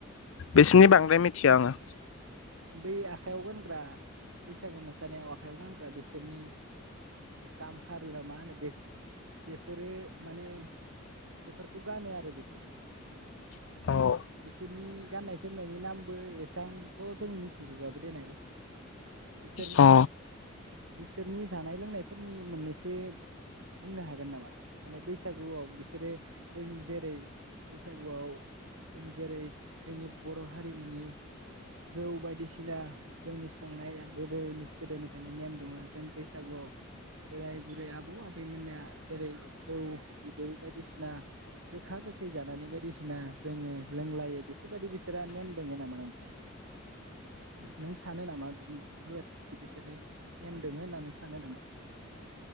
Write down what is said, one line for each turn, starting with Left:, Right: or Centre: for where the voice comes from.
Right: औ
Left: बिसिनि
Right: बै
Left: बांद्राय मिथिया आङो
Right: बै आखायाव गानग्रा बैसागु मोसानायाव आखायाव गानग्रा बिसोरनि गाम खारुा मा होनो बे बेफोरो माने बेफोरखौ गानो आरो बिसोरो
Left: आङो
Right: बिखौ बिसोरनि गाननाय जोमनायनि नाम बो‌ एसांथ' जों मिथिजोबबाबो देननाय बिसोर
Left: अ
Right: बिसोरनि जानाय लोंनाय फोरनि मोननैसो बुंनो हागोन नामा माने बैसागुआव बिसोरो जों जेरै बैसागुआव जों जेरै जोंनि बर' हारिमुनि जौ बायदिसिना जोंनि संनाया गोदोनि गोदोनिफ्रायनो नेम दङ जों बैसागुआव बोराय बुरै आबौ आबैमोना जेरै जौ बिदै बायदिसिना गोखा गोखै जानानै बायदिसिना जोङो लोंलायो बेफोरबायदि बिसोरहा नेम दङ नामा नोंथां? नों सानो नामा बेफोरबायदि बिसोरो नेम दोङो होननानै नों सानो नामा?